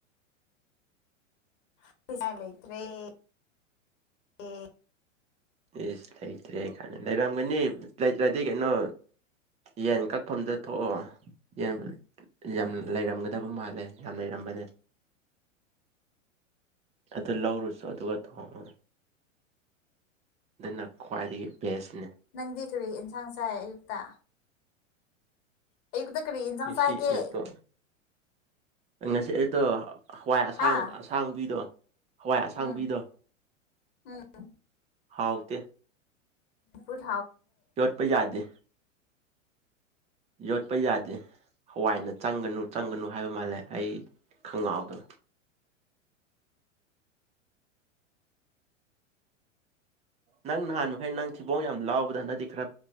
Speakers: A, on the left; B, on the right.
A: <unintelligible> <unintelligible>
B: ꯏꯁ ꯂꯩꯇ꯭ꯔꯦ ꯀꯥꯟꯅ ꯂꯩꯔꯝꯒꯅꯤ ꯂꯩꯇ꯭ꯔꯗꯤ ꯀꯩꯅꯣ ꯌꯦꯟ ꯀꯛꯐꯝꯗ ꯊꯣꯛꯑꯣ ꯌꯦꯟ ꯌꯥꯝ ꯂꯩꯔꯝꯒꯗꯕ ꯃꯥꯜꯂꯦ ꯌꯥꯝ ꯂꯩꯔꯝꯕꯅꯦ ꯑꯗꯨ ꯂꯧꯔꯨꯆꯣ ꯑꯗꯨꯒ ꯊꯣꯡꯉꯣ ꯑꯗꯨꯅ ꯈ꯭ꯋꯥꯏꯗꯒꯤ ꯕꯦꯁꯅꯦ
A: ꯅꯪꯗꯤ ꯀꯔꯤ ꯑꯦꯟꯁꯥꯡ ꯆꯥꯏ ꯑꯌꯨꯛꯇ ꯑꯩꯌꯨꯛꯇ ꯀꯔꯤ ꯑꯦꯟꯁꯥꯡ
B: ꯉꯁꯤ
A: ꯆꯥꯒꯦ
B: ꯑꯌꯨꯛꯇꯣ ꯉꯁꯤ ꯑꯩꯌꯨꯛꯇꯣ ꯍꯋꯥꯏ ꯑꯁꯥꯡ
A: ꯍꯥ
B: ꯑꯁꯥꯡꯕꯤꯗꯣ ꯍꯋꯥꯏ ꯑꯁꯥꯡꯕꯤꯗꯣ
A: ꯎꯝ ꯎꯝ
B: ꯍꯥꯎꯇꯦ
A: ꯆꯝꯐꯨꯠ
B: ꯂꯣꯠꯄ ꯌꯥꯗꯦ ꯌꯣꯠꯄ ꯌꯥꯗꯦ ꯍꯋꯥꯏꯅ ꯆꯪꯒꯅꯨ ꯆꯪꯒꯅꯨ ꯍꯥꯏꯕ ꯃꯥꯜꯂꯦ ꯑꯩ ꯈꯪꯅꯥꯎꯗꯣ ꯅꯪ ꯅꯍꯥꯟ ꯃꯈꯩ ꯅꯪ ꯊꯤꯕꯣꯡ ꯌꯥꯝ ꯂꯥꯎꯕꯗ ꯍꯟꯗꯛꯇꯤ ꯈꯔ